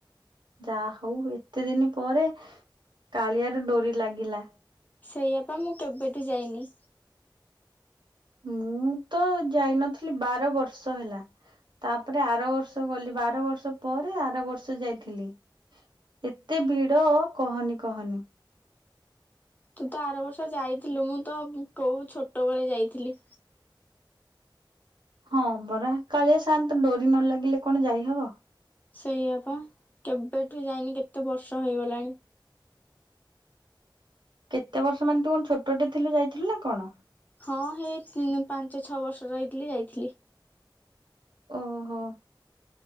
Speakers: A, on the right; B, on the left.
A: ଯା ହଉ ଏତେ ଦିନି ପରେ କାଳିଆର ଡୋରି ଲାଗିଲା
B: ଶୋଇଆ ପା ମୁଁ କେବେଠୁ ଯାଇନି
A: ମୁଁ ତ ଯାଇନଥିଲି ବାର ବର୍ଷ ହେଲା ତାପରେ ଆର ବର୍ଷ ଗଲି ବାର ବର୍ଷ ପରେ ଆର ବର୍ଷ ଯାଇଥିଲି ଏତେ ଭିଡ କହନି କହନି
B: ତୁ ତ ଆର ବର୍ଷ ଯାଇଥିଲୁ ମୁଁ ତ କୋଉ ଛୋଟବେଳେ ଯାଇଥିଲି
A: ହଁ ପରା କାଳିଆ ସାଆନ୍ତ ଡୋରି ନ ଲାଗିଲେ କଣ ଯାଇହବ
B: ସେଇଆ ପା କେବେଠୁ ଯାଇନି କେତେ ବର୍ଷ ହେଇଗଲାଣି
A: କେତେ ବର୍ଷ ମାନେ ତୁ କଣ ଛୋଟଟେ ଥିଲୁ ଯାଇଥିଲୁ ନା କଣ
B: ହଁ ହେଇ ପାଞ୍ଚ ଛଅ ବର୍ଷର ହେଇଥିଲି ଯାଇଥିଲି
A: ଓହୋ